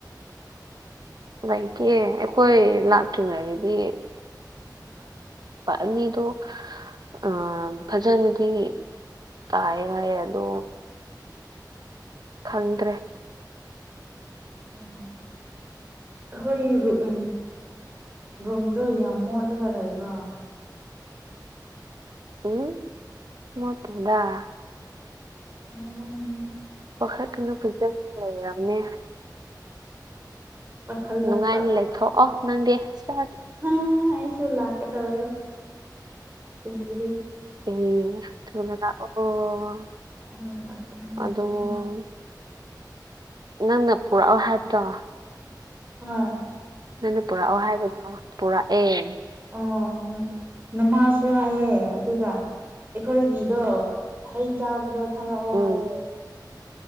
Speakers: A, on the right; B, on the right.
A: ꯂꯩꯇꯤꯌꯦ ꯑꯩꯈꯣꯏ ꯂꯥꯛꯇ꯭ꯔꯤꯉꯩꯗꯗꯤ ꯄ ꯑꯅꯤꯗꯨ ꯑ ꯐꯖꯅꯗꯤ ꯇꯥꯏ ꯍꯥꯏꯌꯦ ꯑꯗꯣ ꯈꯪꯗ꯭ꯔꯦ <inaudible>
B: ꯑꯣ ꯑꯩꯈꯣꯏ ꯎ ꯔꯨꯝꯗꯣ ꯌꯥꯝ ꯃꯣꯠꯂꯒ ꯂꯩꯕ
A: ꯎꯝ ꯃꯣꯠꯇꯦꯗ
B: <unintelligible>
A: ꯋꯥꯈꯠꯅ ꯐꯖꯅ ꯂꯩꯔꯝꯃꯦ
B: ꯄꯥꯈꯠꯂꯛꯄ
A: ꯅꯨꯡꯉꯥꯏꯅ ꯂꯩꯊꯣꯛꯑꯣ ꯅꯪꯗꯤ ꯆꯠ
B: ꯍꯥ ꯑꯩꯁꯨ ꯂꯥꯛꯀꯗꯧꯋꯦ ꯀꯨꯏꯕꯒꯤ
A: ꯑꯦ ꯊꯣꯛꯂꯒ ꯂꯥꯛꯑꯣ
B: ꯎꯝ ꯂꯥꯛꯀꯅꯤꯥ
A: ꯑꯗꯣ
B: ꯂꯥꯛꯀꯅꯤ
A: ꯅꯪꯅ ꯄꯨꯔꯛꯑꯣ ꯍꯥꯏꯕꯗꯣ
B: ꯑꯃ
A: ꯅꯪꯅ ꯄꯨꯔꯛꯑꯣ ꯍꯥꯏꯕꯗꯣ ꯄꯨꯔꯛꯑꯦ
B: ꯑꯣ ꯅꯃꯥꯁꯨ ꯍꯥꯏꯌꯦ ꯑꯗꯨꯒ ꯑꯩꯈꯣꯏꯒꯤꯗꯣ ꯍꯩ ꯆꯥꯕꯗꯣ ꯊꯥꯔꯛꯑꯣ
A: ꯎꯝ
B: ꯍꯥꯏꯌꯦꯦ